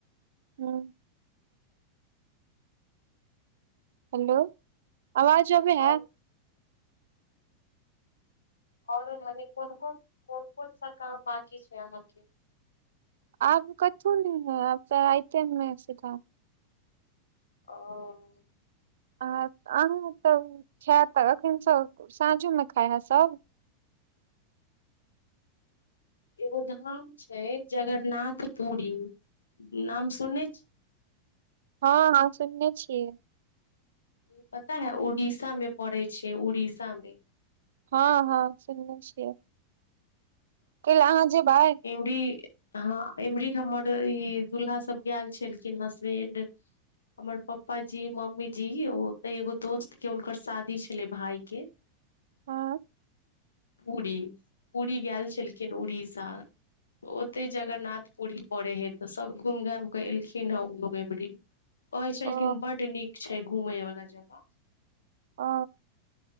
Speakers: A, on the right; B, on the left.
A: हँ हेलो आवाज अबै हेए
B: और आओर अने कोन कोन कोन कोन सा काम बकी छै अहाके
A: आब कथु नै है आब चा राएते मे है सीधा
B: ओ ह
A: आ अहाँ त खाय तऽ अखन सब साँझो मे खाय हेए सब
B: एगो धाम छै जगरनाथ पुरी नाम सुनने छी
A: हँ हँ सुनने छियै
B: ई पता है उड़ीसा मे पड़ै छै उड़ीसा मे
A: हँ हँ सुनले छियै कैला अहाँ जेबाय
B: इ हँ इमरी हमर ई दुल्हा सब गेएल छलखिन हँ सेन्ड हमर पप्पा जी मम्मी जी ओ तैऽ एगो दोस्त के हुनकर शादी छलै भाय के
A: हँ
B: पुरी गेएल छलखिन उड़ीसा ओते जगरनाथ पुरी पड़े हे तऽ सब घुम घाम के एलखिन हेएबरी
A: <inaudible>
B: कहै छलखिन
A: ओ
B: बड्ड नीक छै घुमय वला जगह
A: ओ